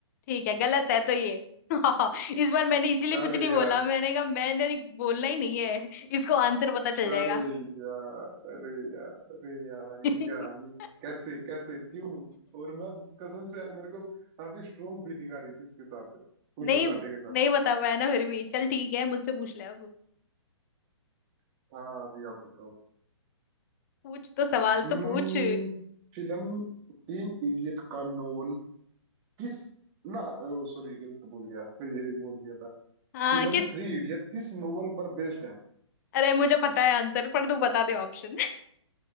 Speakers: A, on the left; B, on the right.
A: ठीक है गलत है तो ये <laughs> इस बार मैंने इसीलिए कुछ
B: अरे
A: नहीं बोला
B: यार
A: मैंने कहा मैंने बोलना ही नहीं है इसको आंसर पता चल
B: अरे
A: जाएगा
B: यार अरे यार अरे यार
A: <laughs>
B: ये क्या ये कैसे कैसे क्यों और मैं कसम से यार मेरे को काफी स्ट्रोंग फीलिंग आ रही थी उसके साथ फूल
A: नहीं
B: और कांटे के साथ
A: नहीं बता पाया ना फिर भी चल ठीक है मुझसे पूछ ले अब
B: हाँ अभी आप बताओ
A: पूछ तो सवाल
B: हम्म
A: तो पूछ
B: फिल्म तीन इडियट का नोवेल किस ना सॉरी गलत बोल गया ये बोल दिया था
A: हाँ
B: फिल्म
A: किस
B: थ्री इडियट किस नोवेल पर बेस्ड है
A: अरे मुझे पता है आंसर पर तू बता दे ऑप्शन